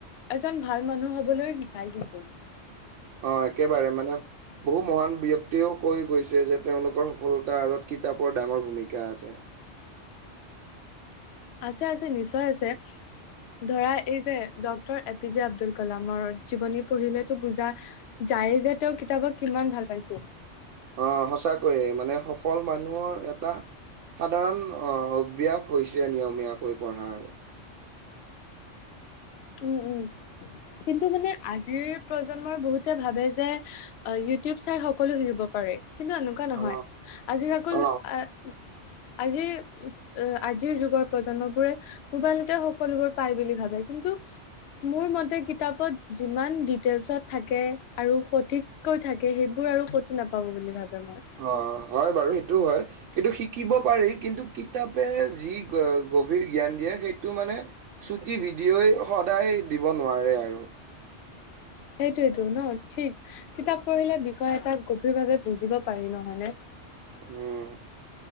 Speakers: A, on the left; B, on the right.
A: এজন ভাল মানুহ হবলৈ শিকায় কিন্তু।
B: অ একেবাৰে মানে। বহু মহান ব্যক্তিয়েও কৈ গৈছে যে তেওঁলোকৰ সফলতাৰ আঁৰত কিতাপৰ ডাঙৰ ভূমিকা আছে।
A: আছে আছে নিশ্চয় আছে ধৰা এই যে doctor A P J Abdul কালামৰ জীৱনী পঢ়িলেতো বুজা যায়ে যে তেওঁ কিতাপক কিমান ভাল পাইছিল।
B: অ সঁচাকৈয়ে মানে সফল মানুহৰ এটা- সাধাৰণ অভ্যাস হৈছে নিয়মীয়াকৈ পঢ়াৰ।
A: উম- উম কিন্তু মানে আজিৰ প্ৰজন্মই বহুতে ভাবে যে অ, ইউটিউব চাই সকলো শিকিব পাৰে। কিন্তু এনেকুৱা নহয়
B: অ
A: আজি আকোল
B: অ
A: আহ। আজিৰ আজিৰ যুগৰ প্ৰজন্মবোৰে। মোবাইলতে সকলোবোৰ পাই বুলি ভাবে কিন্তু
B: <inaudible>
A: মোৰ মতে কিতাপত যিমান ডিটেইলচত থাকে আৰু সঠিক কৈ থাকে সেইবোৰ আৰু ক'তো নাপাব বুলি ভাবে মই।
B: অ, হয় বাৰু সেইটোও হয়। এইটো শিকিব পাৰি কিন্তু কিতাপে যি গভীৰ জ্ঞান দিয়ে সেইটো মানে চুটি ভিডিঅ'ই সদায় দিব নোৱাৰে আৰু।
A: সেইটোয়েটো ন' ঠিক কিতাপ পঢ়িলে বিষয় এটাক গভীৰভাৱে বুজিব পাৰি নহয় নে?
B: উম,